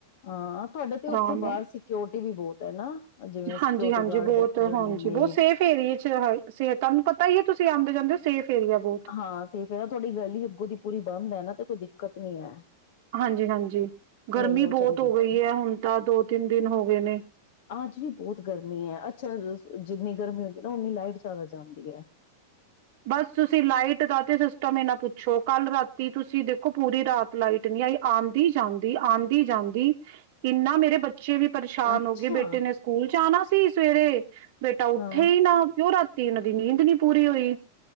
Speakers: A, on the left; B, on the right.
A: ਹਾਂ ਤੁਹਾਡੇ ਤੇ ਉੱਥੇ
B: ਆਰਾਮ ਨਾਲ
A: ਬਾਹਰ ਸੀ ਸਕਿਓਰਟੀ ਵੀ ਬਹੁਤ ਹੈ ਨਾ, ਜਿਵੇਂ
B: ਹਾਂਜੀ
A: ਸਕਿਓਰਟੀ
B: ਹਾਂਜੀ
A: ਗਾਰਡ
B: ਬਹੁਤ
A: ਬੈਠੇ ਰਹਿੰਦੇ
B: ਹਾਂਜੀ
A: ਨੇ।
B: ਬਹੁਤ ਸੇਫ ਏਰੀਏ ਚ ਹੈ ਸੇ ਤੁਹਾਨੂੰ ਪਤਾ ਤੁਸੀਂ ਆਂਦੇ ਜਾਂਦੇ ਹੋ ਸੇਫ ਏਰੀਆ ਬਹੁਤ
A: ਹਾਂ ਸੇਫ ਹੈ ਨਾ, ਤੁਹਾਡੀ ਗਲੀ ਅੱਗੋਂ ਦੀ ਪੂਰੀ ਬੰਦ ਹੈ ਨਾ ਤੇ ਕੋਈ ਦਿੱਕਤ ਨੀ ਹੈ।
B: ਹਾਂਜੀ-ਹਾਂਜੀ, ਗਰਮੀ
A: ਨਹੀਂ ਉਹ
B: ਬਹੁਤ
A: ਚੰਗੀ
B: ਹੋ ਗਈ
A: ਗੱਲ
B: ਹੈ ਹੁਣ ਤਾਂ ਦੋ ਤਿੰਨ ਦਿਨ ਹੋ ਗਏ ਨੇ।
A: ਅੱਜ ਵੀ ਬਹੁਤ ਗਰਮੀ ਹੈ ਅੱਛਾ ਜਿੰਨੀ ਗਰਮੀ ਹੁੰਦੀ ਨਾ, ਉਨੀ ਲਾਈਟ ਜ਼ਿਆਦਾ ਜਾਂਦੀ ਹੈ।
B: ਬਸ ਤੁਸੀਂ ਲਾਈਟ ਦਾ ਤੇ ਸਿਸਟਮ ਈ ਨਾ ਪੁੱਛੋ, ਕੱਲ ਰਾਤੀ ਤੁਸੀਂ ਦੇਖੋ ਪੂਰੀ ਰਾਤ ਲਾਈਟ ਨਹੀਂ ਆਈ, ਆਂਦੀ-ਜਾਂਦੀ, ਆਂਦੀ-ਜਾਂਦੀ ਇੰਨਾ ਮੇਰੇ ਬੱਚੇ ਬੱਚੇ ਵੀ ਪਰੇਸ਼ਾਨ
A: ਅੱਛਾ
B: ਹੋ ਗਏ ਬੇਟੇ ਨੇ ਸਕੂਲ ਜਾਣਾ ਸ ਸੀ ਸਵੇਰੇ ਬੇਟਾ ਉੱਠੇ
A: ਹਾਂ
B: ਹੀ ਨਾ ਕਿਉਂ ਰਾ ਤੇ ਇਹਨਾਂ ਦੀ ਨੀਂਦ ਨੀ ਪੂਰੀ ਹੋਈ